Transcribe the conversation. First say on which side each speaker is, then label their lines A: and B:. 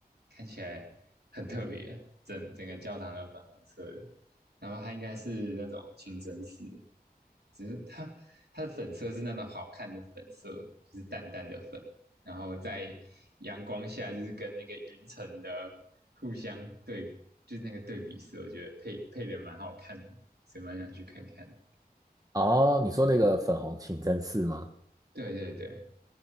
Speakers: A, on the right; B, on the right.
A: 看起来很特别，整整个教堂都粉红色的，然后它应该是那种清真寺，只是它它的粉色是那种好看的粉色，就是淡淡的粉，然后在阳光下就是跟那个云层的互相对比，就是那个对比色，我觉得配配的蛮好看的，所以蛮想去看看。
B: 哦，你说那个粉红清真寺吗？
A: 对对对，